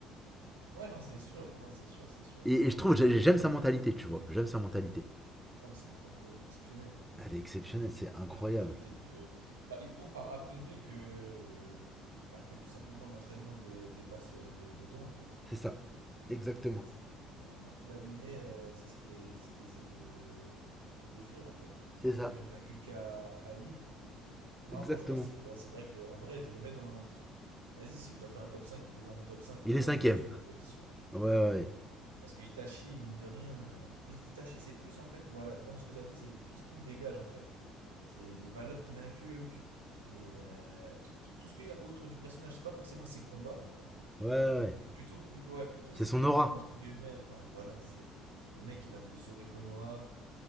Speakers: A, on the right; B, in the centre.
A: Ouais, non, c'est sûr. Non, c'est sûr, c'est sûr.
B: Et, et je trouve, j'aime sa mentalité, tu vois. J'aime sa mentalité.
A: Non, mais sa mentalité, elle est exceptionnelle.
B: Elle est exceptionnelle, c'est incroyable.
A: La mentalité de. Bah, il prouve par A plus B que. Bah, que tout simplement l'entraînement de- dépasse le, le don, en fait.
B: C'est ça. Exactement.
A: C'est- Dans, dans tout l'animé, euh, c'est ce qui est, ce qui essaie de, de décrire en fait.
B: C'est ça.
A: Et même d'inculquer à Ali. Non,
B: Exactement.
A: franchement, c'est ouais, c'est vrai que en vrai, je le mets dans le. Pff, Vas-y, si je dois faire un top 5, il est dans mon top 5,
B: Il
A: mais moi
B: est cinquième.
A: je reste sur ma position.
B: Ouais, ouais, ouais.
A: Parce que Itachi, mine de rien, euh, I- Itachi, c'est plus en fait, voilà, comme ce que tu as dit, c'est tout ce qu'il dégage en fait. C'est les valeurs qu'il inculque, les, euh, t- t- tout ce qu'il y a autour du personnage. C'est pas forcément ses combats,
B: Ouais, ouais. ouais.
A: mais plutôt, plus, ouais, plutôt
B: C'est
A: ces
B: son
A: combats
B: aura.
A: entre guillemets. Ouais, voilà, c'est le mec, il a voulu sauver Konoha,